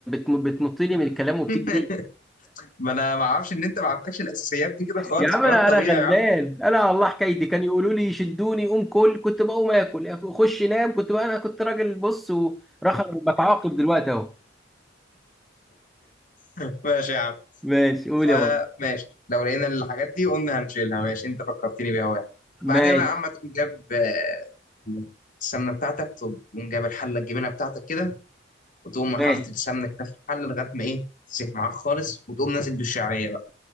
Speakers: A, in the centre; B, on the left.
A: بتنط لي من الكلام وبتجري
B: <laughs> ما انا ما اعرفش ان انت ما عندكش الاساسيات دي كده خالص
A: يا عم
B: فده
A: انا
B: الطبيعي
A: انا غلبان
B: يا عم
A: انا والله حكايتي كان يقولوا لي شدوني قوم كل كنت بقوم اكل خش نام كنت بقى انا كنت راجل بص ورخر بتعاقب دلوقتي اهو
B: <laughs> ماشي يا عم
A: ماشي قول
B: فماشي
A: يا بابا
B: لو لقينا الحاجات دي قلنا هنشيلها ماشي انت فكرتني بيها وانا بعدها
A: ماشي
B: بقى يا عم تقوم جاب آه، السمنه بتاعتك تقوم جايب الحله الجبنه بتاعتك كده وتقوم حاطط
A: ماشي
B: السمنه كده في الحله لغايه ما ايه تسيح معاك خالص وتقوم نازل بالشعريه بقى.